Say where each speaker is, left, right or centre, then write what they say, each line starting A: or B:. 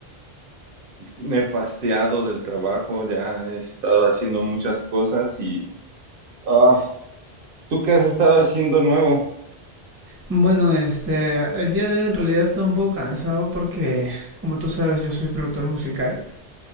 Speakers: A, on the right; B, on the right.
A: nefasteado del trabajo, ya he estado haciendo muchas cosas y... Ah, ¿tú qué has estado haciendo nuevo?
B: Bueno, este, el día de hoy en realidad estaba un poco cansado porque, como tú sabes, yo soy productor musical